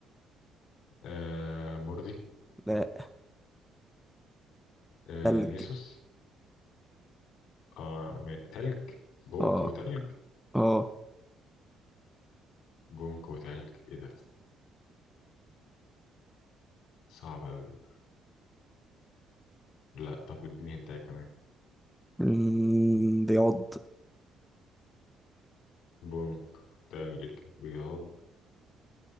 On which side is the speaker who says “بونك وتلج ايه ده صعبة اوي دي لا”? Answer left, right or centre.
Left